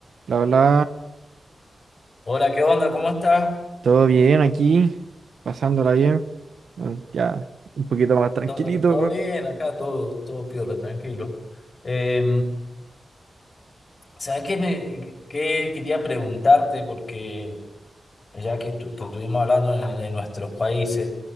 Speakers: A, on the right (about 80°); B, on the left (about 40°).
A: Bla, bla,
B: Hola, ¿qué onda? ¿Cómo estás?
A: todo bien aquí, pasándola bien, bueno, ya un poquito más tranquilito.
B: ¿Todo, todo
A: bueno.
B: bien acá? Todo, todo piola, tranquilo. Eh, ¿sabes qué, me, qué quería preguntarte? Porque ya que, estu- que estuvimos hablando de, de nuestros países,